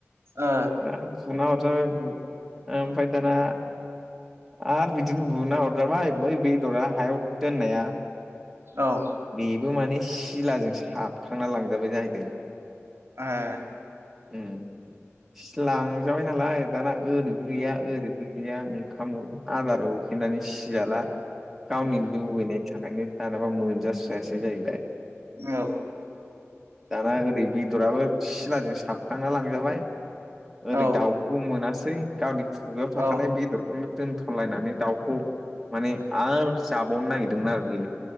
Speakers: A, on the right (about 60°); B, in the centre.
A: ओ
B: दा फुना हरजाबाय ओमफफ्राय दाना आरो बिद बिदिनो बुना हरजाबाय बै बेदरा हायाव दोननाया।
A: औ।
B: बेबो माने सिलाजों साबखांना लांजाबाय जाहैदों।
A: <unintelligible>
B: ओ फिस लांजाबाय नालाय दाना ओरैबो गैया ओरैबो गैया। गैया ओंखाम उ आदार उखैनानै सियाला गावनि लुबैनायनि थाख आयनो दानाबा मोनजास्रायासो जाहैबाय।
A: औ।
B: दाना ओरै बेदराबो सिलाजों साबखांना लांजाबाय।
A: ओ
B: ओरै दाउखौ मोनासै गावनि खुगायाव थाखानाय
A: ओ
B: बेदरखौनो दोनथ'लायनानै दाउ ख' माने आरो जाबावनो नागिरदोंमोन आरो बेयो